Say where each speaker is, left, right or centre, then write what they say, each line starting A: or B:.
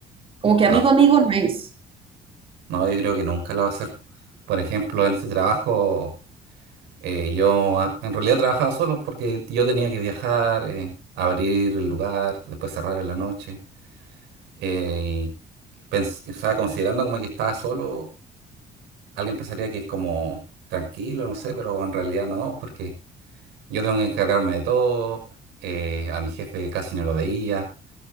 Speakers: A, on the right; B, on the right.
A: Como que
B: no,
A: amigo, amigo no es.
B: no, yo creo que nunca lo va a hacer. Por ejemplo, en este trabajo, eh, yo ah, en realidad trabajaba solo porque yo tenía que viajar, eh, abrir el lugar, después cerrar en la noche. Eh, y pens- o sea, considerando como que estaba solo, alguien pensaría que es como tranquilo, no sé, pero en realidad no, porque yo tengo que encargarme de todo, eh, a mi jefe casi no lo veía.